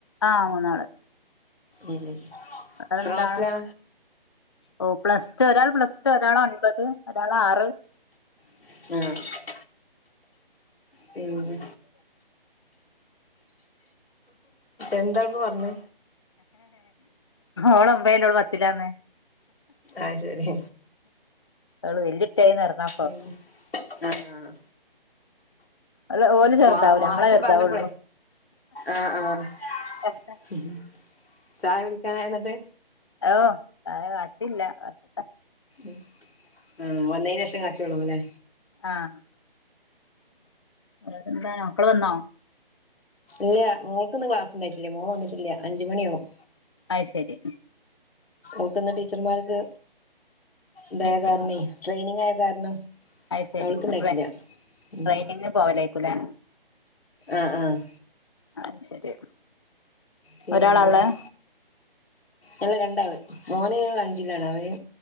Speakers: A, on the left; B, on the left.
A: ആഹ് മൂന്നാള്.
B: ഉം
A: വേറെന്താണ്?
B: എത്ര ക്ലാസ്സിലാ
A: ഓ പ്ലസ് ടു ഒരാൾ പ്ലസ് ടു ഒരാൾ ഒൻപത് ഒരാൾ ആറ്
B: ആഹ് പിന്നെ എന്താപ്പ പറഞ്ഞെ?
A: ഓളൊമ്പേയിലു ഓൾ പത്തിലാന്ന്
B: ആഹ് ശരി
A: ഓള് വെല്യട്ടായിന്ന്റങ്ങാ
B: ഉം ആഹ്
A: ഓല് ഓല് ചെറുതാവൂല
B: മാ മാറ്റി
A: നമ്മളെ ചെറുതാവുള്ളു
B: പറഞ്ഞപ്പോളെ ആഹ് ആഹ്
A: <inaudible>
B: ഉ ചായ കുടിക്കാനായി എന്നിട്ട്
A: ഓ ചായ കാച്ചില്ല കാച്ചട്ടെ
B: ഉ ആ വന്നേനേഷം കാച്ചേള്ളൂല്ലേ
A: ആഹ് വേറെന്താ മക്കള് വന്നോ
B: ഇല്യാ മോൾക്ന്ന് ക്ലാസ്ണ്ടായിട്ടില്യ മോൻ വന്നിട്ടില്യ അഞ്ചുമണിയാവും
A: അയ്ശെരി
B: ഓക്ന്ന് ടീച്ചർമാർക്ക് ഇതായ
A: മീറ്റിംഗ്
B: കാരണം ട്രെയിനിങ് ആയ കാരണം
A: അയ്ശരി
B: അവൾക്ക്ണ്ടായിട്ടില്ല
A: ട്രെയിനിങ്
B: ഉം
A: പോവലായിക്കൂലേ
B: ആഹ് ആഹ്
A: അയ് ശരി
B: പിന്നെ
A: ഒരാളാള്ളെ
B: അല്ല രണ്ടാള് മോന്ന് അഞ്ചിലാണ് അവന്